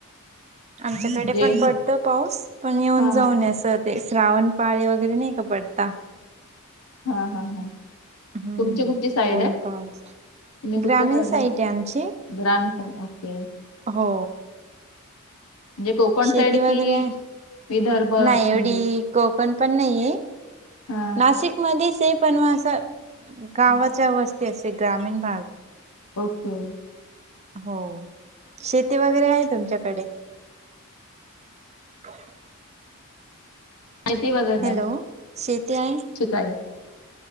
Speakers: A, on the right (about 30°); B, on the left (about 80°).
A: आमच्याकडे
B: म्हणजे
A: पण पडतो पाऊस पण येऊन
B: हा
A: जाऊन असं. ते श्रावण पाळे वगैरे नाही का पडता.
B: हां हां हां.
A: हम्म.
B: तुमची कुठली साईड
A: ऊन
B: आहे,
A: पाऊस
B: तुम्ही कुठल्या
A: ग्रामीण
B: साईडला
A: साईट
B: राह
A: आहे आमची
B: ग्रामीण <unintelligible>
A: हो.
B: म्हणजे कोकण
A: शेती
B: साईड
A: वगैरे
B: कि विदर्भ म्हणजे
A: नाही एवढी कोकण पण नाहीये,
B: हा
A: नाशिक मध्ये सेफ आहे असं. गावच्या
B: हा.
A: वस्ती असे ग्रामीण भाग.
B: ओके.
A: हो शेती वगैरे आहे तुमच्याकडे? <inaudible>
B: शेती वगैर नाही.
A: हॅलो शेती आहे
B: <unintelligible>